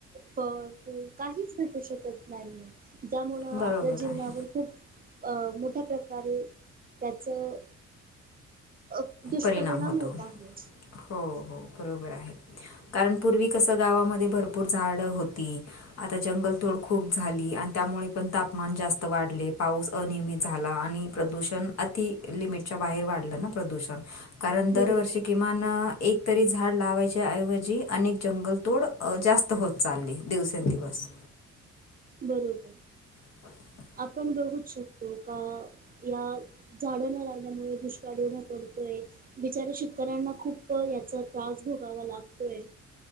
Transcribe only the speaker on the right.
फळ, फूल काहीच भेटू शकत नाहीये ज्यामुळं
आपल्या जीवनावर
खूप अ मोठ्या प्रकारे त्याचं अ दुष्परिणाम
होत आहे.
बरोबर,
बरोबर
आपण बघू शकतो का या झाडं न लागल्यामुळे दुष्काळी येवढा पडतोय. बिचाऱ्या शेतकऱ्यांना खूप याचा त्रास भोगावा लागतोय.